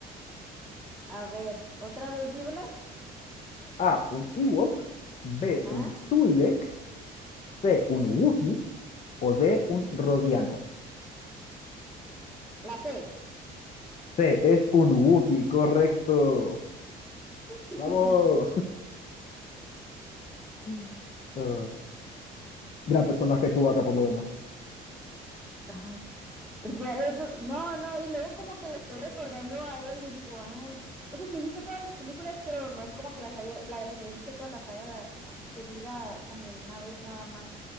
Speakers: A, in the centre; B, on the left (about 45°).
A: A ver, otra vez, dímelas.
B: A, un Ewok. B,
A: Ajá.
B: un Twi'lek. C, un Wookiee. O D, un Rodiano.
A: La C.
B: C, es un Wookiee, correcto.
A: <laughs>
B: Vamos. <laughs> Ah, gran personaje Chewbacca por lo demás.
A: Ay, Ya eso, no, no, y luego como que le estoy recordando a él y digo, ay, o sea, sí he visto todas las películas, pero no es como que las haya, las he visto toda la saga así seguida como una vez nada más.